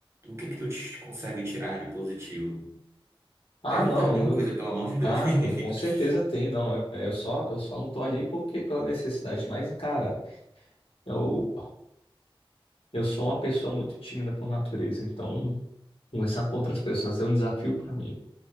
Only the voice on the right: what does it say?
o que que tu te- consegue tirar de positivo?
Deve
ter alguma
coisa, pelo amor de Deus.
<laughs>